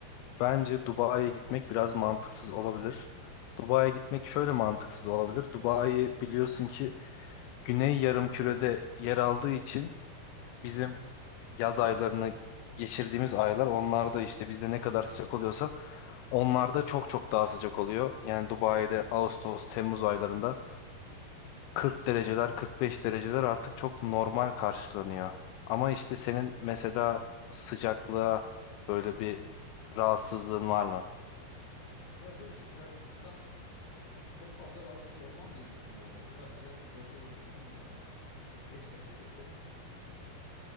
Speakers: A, on the left (about 85°); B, on the left (about 70°).
A: bence Dubai'ye gitmek biraz mantıksız olabilir. Dubai'ye gitmek şöyle mantıksız olabilir. Dubai biliyorsun ki Güney Yarımküre'de yer aldığı için bizim yaz aylarını geçirdiğimiz aylar onlarda işte bizde ne kadar sıcak oluyorsa onlarda çok çok daha sıcak oluyor. Yani Dubai'de Ağustos, Temmuz aylarında 40 dereceler, 45 dereceler artık çok normal karşılanıyor. Ama işte senin mesela sıcaklığa böyle bir rahatsızlığın var mı?
B: Ya şöyle sıcaklıktan Çok fazla rahatsız olmam diye düşünüyorum. O kadar sıcak bir bölgede hiç bulunmadım ama 45 derece de çok ciddi bir derece.